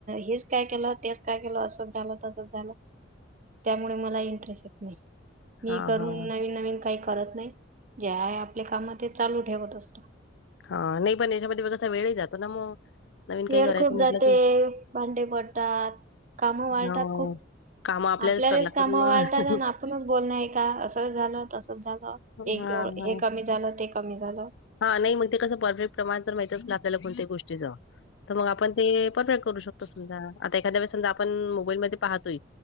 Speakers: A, on the right; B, on the left.
A: हेच काय केलं तेच काय केलं असंच झालं तसंच झालं. त्यामुळे मला इंटरेस्ट येत नाही मी
B: हां,
A: करून
B: हां,
A: नवीन नवीन काही करत नाही. जे आहे आपले काम ते चालू ठेवत असतो.
B: हा नाही पण याच्यामध्ये बगासा वेळही जातो ना मग नवीन
A: वेळ
B: काही करायचं
A: खूप
B: म्हटलं
A: जाते
B: की
A: भांडे पडतात काम वाळतात
B: हां,
A: खूप
B: कामं
A: आपल्यालाच
B: करावी लागतात
A: काम
B: मग.
A: वाळतात आणि आपणच बोलण आहे का असं झालं तसंच झालं.
B: हां,
A: एक
B: हां.
A: हे कमी झालं ते कमी झालं.
B: हा नाही मग ते कसं परफेक्ट प्रमाण तर माहितच असल कोणत्या गोष्टीचं तर मग आपण ते परफेक्ट करू शकतो समजा आता एखाद्या वेळेस समजा आपण मोबाईलमध्ये पाहतोय.